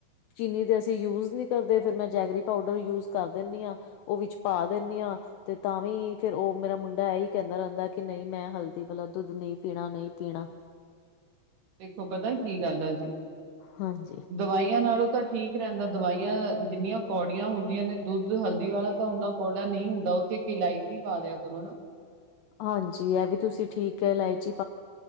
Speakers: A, on the left; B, on the right.
A: ਚੀਨੀ ਤੇ ਅਸੀ ਯੂਜ਼ ਨੀ ਕਰਦੇ ਫੇਰ ਮੈ ਜੈਗਰੀ ਪਾਊਡਰ ਯੂਜ਼ ਕਰ ਦੇਨੀ ਆਂ। ਓ ਵਿੱਚ ਪਾ ਦੇਨੀ ਆਂ ਤੇ ਤਾਂ ਵੀ ਫੇਰ ਓ ਮੇਰਾ ਮੁੰਡਾ ਐਈ ਕੈਂਦਾ ਰੈਂਦਾ ਕਿ ਨਈ, ਮੈਂ ਹਲਦੀ ਵਾਲਾ ਦੁੱਧ ਨਈ ਪੀਣਾ ਨਈ ਪੀਣਾ।
B: ਦੇਖੋ ਪਤਾ ਕੀ ਗੱਲ ਐ ਜੀ
A: ਹਾਂਜੀ।
B: ਦਵਾਈਆਂ ਨਾਲੋ ਤਾਂ ਠੀਕ ਰੈਂਦਾ, ਦਵਾਈਆਂ ਜਿੰਨੀਆਂ ਕੌੜੀਆਂ ਹੁੰਦੀਆਂ ਨੇ ਦੁੱਧ ਹਲਦੀ ਵਾਲਾ ਤਾ ਓਨਾ ਕੌੜਾ ਨਈ ਹੁੰਦਾ ਓਚ ਇੱਕ ਇਲਾਇਚੀ ਪਾ ਦਿਆ ਕਰੋ ਨਾ।
A: ਹਾਂਜੀ ਐ ਵੀ ਤੁਸੀ ਠੀਕ ਐ ਇਲਾਇਚੀ